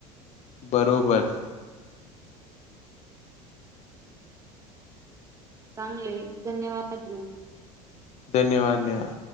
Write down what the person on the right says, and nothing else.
चांगले धन्यवाद ध्रुव.